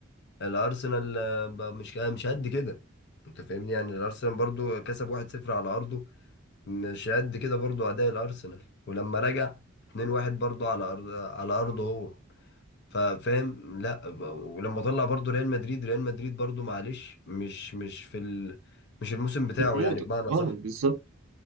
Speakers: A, on the left; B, on the right.
A: الارسنال آه، بقى مش مش قد كده انت فاهمني يعني الارسنال برضو كسب 1-0 على ارضه مش قد كده برضو اداء الارسنال ولما رجع 2-1 برضو على ارض على ارضه هو ففاهم لا ب- ولما طلع برضو ريال مدريد ريال مدريد برضو معلش مش مش في ال... مش الموسم بتاعه
B: في الموضوع
A: يعني بمعنى
B: اه
A: صح
B: بالظبط